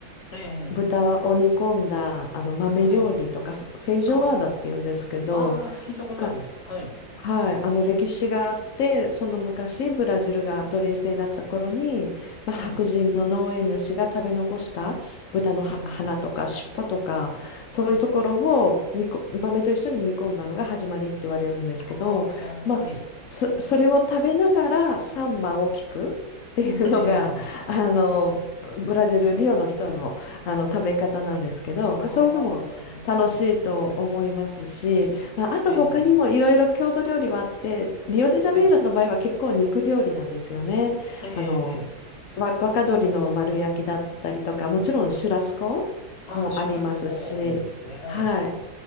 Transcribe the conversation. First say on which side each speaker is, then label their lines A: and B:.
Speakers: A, on the left; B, on the left.
A: ええ、
B: 豚を煮込んだあの豆料理とかフフェイジョアーダっていうんですけど、
A: はい。ああ、ああ、聞いたことあります。
B: まあ、
A: はい。
B: はい、あの歴史があってその昔ブラジルが奴隷制だった頃に、まあ、
A: はい。
B: 白人の農園主が食べ残した豚のは鼻とか尻尾とかそういうところを煮こ豆と一緒に煮込んだのが始まりって言われるんですけど、
A: ええ、はい。ああ、
B: まあ、
A: はい。
B: そ、それを食べながらサンバを聞くっていうのがあのブラジルリオの人の、
A: ええ、
B: あの食べ方なんですけど、まあそういうのも楽しいと思いますし。
A: ああ、なるほど。
B: まあ、あと他にもいろいろ郷土料理はあって、
A: ええ、
B: リオデジャネイロの場合は結構肉料理なんですよね。
A: はい。ええ、
B: あの、わ若鶏の丸焼きだったりとか、もちろんシュラスコもありますし、
A: ああ、シュラスコいいですね。はい。
B: はい。